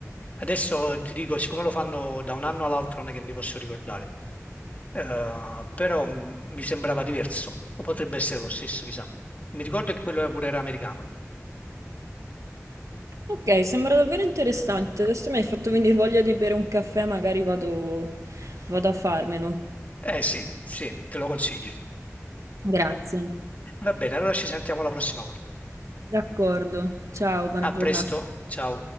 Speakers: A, on the left (about 30°); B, on the right (about 75°).
A: Adesso ti dico, siccome lo fanno da un anno all'altro, non è che mi posso ricordare, Eh, però mh, mi sembrava diverso, o potrebbe essere lo stesso, chissà. Mi ricordo che quello pure era americano.
B: Ok, sembra davvero interessante. Adesso mi hai fatto venire voglia di bere un caffè, magari vado, vado a farmelo.
A: Eh sì, sì, te lo consiglio.
B: Grazie.
A: Va bene, allora ci sentiamo la prossima volta.
B: D'accordo. Ciao, buona
A: A
B: giornata.
A: presto, ciao.